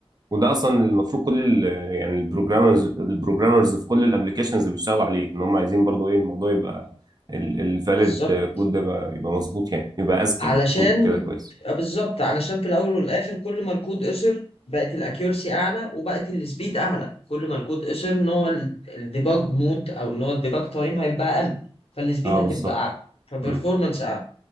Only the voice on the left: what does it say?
بالظبط
علشان
آه، بالظبط علشان في الاول والاخر كل ما الكود قصر بقت الاكيورسي اعلى وبقت السبيد اعلى كل ما الكود قصر ان هو الديباج مود او ان هو الديباج تايم هيبقى اقل فالسبيد
هتبقى
اعلى فبرفورمانس
اعلى